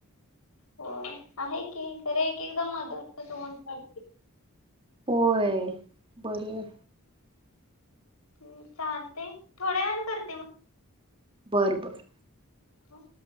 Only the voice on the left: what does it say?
होय आहे की, खरं एक- एकदा मधूनच ऊन पडतयं.
हम चालतंय, थोड्या वेळानं करते मग
हां.